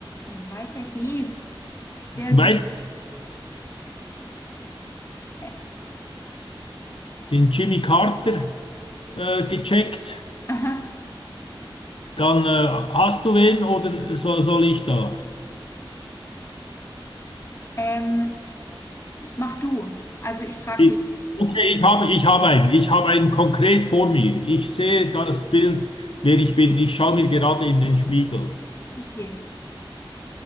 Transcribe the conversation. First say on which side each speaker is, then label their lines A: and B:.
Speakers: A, on the left; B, on the left.
A: Mhm. Weiter geht's. Sehr
B: Weiter
A: gut. <laughs>
B: den Jimmy Carter äh, gecheckt.
A: Aha.
B: Dann äh, hast du wen oder so, soll ich da?
A: Ähm, mach du. Also ich frage
B: Ich,
A: dich.
B: okay, ich habe, ich habe einen. Ich habe einen konkret vor mir. Ich sehe das Bild, wer ich bin. Ich schaue mir gerade in den Spiegel.
A: Okay.